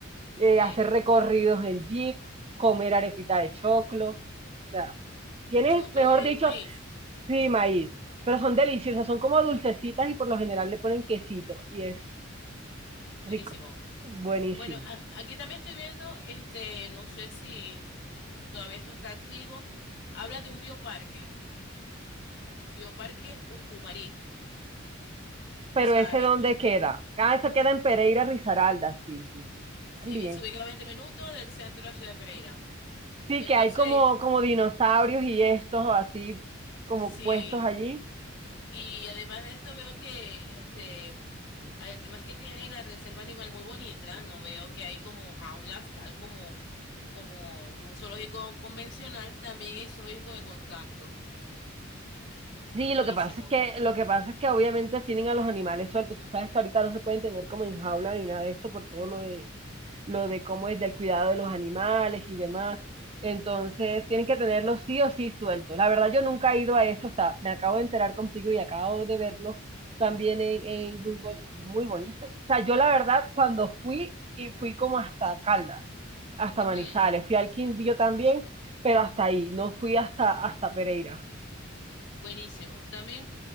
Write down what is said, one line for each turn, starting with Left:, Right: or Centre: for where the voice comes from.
Right: eh,
Left: Ok.
Right: hacer recorridos en jeep, comer arepita de choclo. O sea, Tienes,
Left: Choclo
Right: mejor
Left: es
Right: dicho,
Left: maíz.
Right: sí, maíz, pero son deliciosas,
Left: Ok.
Right: son como dulcecitas y por lo general le ponen quesito y es
Left: Buenísimo.
Right: rico, buenísimo.
Left: Bueno, a- aquí también estoy viendo, este, no sé si todavía esto está activo. Habla de un bioparque. Bioparque Ucumarí. O
Right: Pero
Left: sea,
Right: ese dónde
Left: esto con,
Right: queda? Ah, eso queda en Pereira, Risaralda, sí, sí, sí,
Left: si
Right: también.
Left: dice ubicado a 20 minutos del centro de la ciudad de Pereira.
Right: Sí,
Left: Entonces,
Right: que hay como, como dinosaurios y estos así como
Left: sí.
Right: puestos allí.
Left: Y además de esto veo que, este, mm, además que tiene la reserva animal muy bonita, no veo que hay como jaulas, tal como como un zoológico convencional, también hay zoológico de contacto.
Right: Sí,
Left: Buenísimo.
Right: lo que pasa es que, lo que pasa es que obviamente tienen a los animales sueltos. Tú sabes que ahorita no se pueden tener como en jaula ni nada de esto por todo lo de lo de cómo es del cuidado de los animales y demás. Entonces, tienen que tenerlo sí o sí suelto. La verdad, yo nunca he ido a eso, o sea, me acabo de enterar contigo y acabo de verlo también en, en Google, muy bonito. O sea, yo la verdad, cuando fui, y fui como hasta Caldas, hasta
Left: Ujú,
Right: Manizales, fui al Quindío también, pero hasta ahí, no fui hasta, hasta Pereira.
Left: buenísimo. También